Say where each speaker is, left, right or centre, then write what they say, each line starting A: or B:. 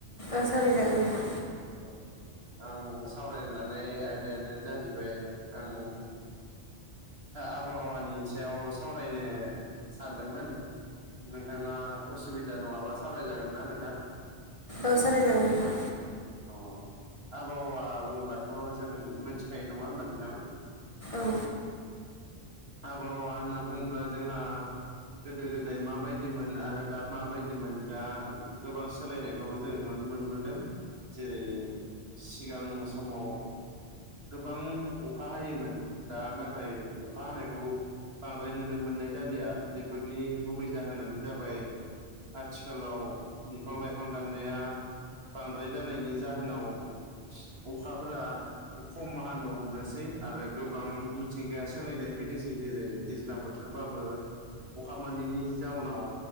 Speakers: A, on the left; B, on the right.
A: औ सावराय जागोन नोंथां।
B: औ आं सावरायनो लानाय आयदायानो जाहैबाय आं आबहावानि सायाव सावरायनो सानदोंमोन। नोंथाङा उसुबिदा नङाबा सावरायजागोन ना नोंथां?
A: औ सानराय जागोन नोंथां।
B: अ आबहावा बुंब्लाथ' जों मोनथिखायो नङा होमबा नोंथां?
A: औ
B: आबहावा होनना बुङोब्ला जोंहा गोदो गोदाय माबायदिमोन आरो दा माबायदिमोन दा गोबां सोलायनायखौ जों नुनो मोनबोदों जेरै सिगां समाव गोबां अखा हायोमोन दा नाथाय अ खा हानायखौ बांद्राय नुनो मोननाय जालिया बेफोरनि गुबै जाहोनानो जाबाय आथिखालाव बिफां लाइफां दाननाया बांद्राय जानायनि जाहोनाव अखाफोरा खमा हानो हमनोसै आरो गोबां मिथिंगाया सोलायनाय फैदिसै जेरै दैज्लां बोथोरबाबो अखा मोनैनि जाउनाव